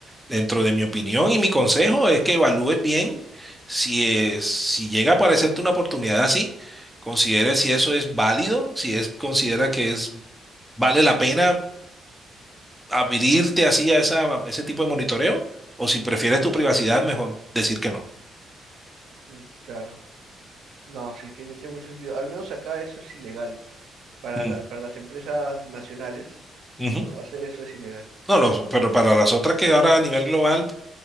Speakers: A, in the centre; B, on the right (about 75°).
A: Dentro de mi opinión y mi consejo es que evalúes bien si es- si llega a aparecerte una oportunidad así, considere si eso es válido, si es considera que es vale la pena abrirte así a esa, a ese tipo de monitoreo, o si prefieres tu privacidad, mejor decir que no.
B: Mm, Claro. No, sí, tiene, tiene mucho sentido. Al menos acá eso es ilegal. Para
A: Mm,
B: la- para las empresas nacionales,
A: ujú.
B: ¿no? Hacer eso es ilegal.
A: No, no, pero para las otras que ahora a nivel global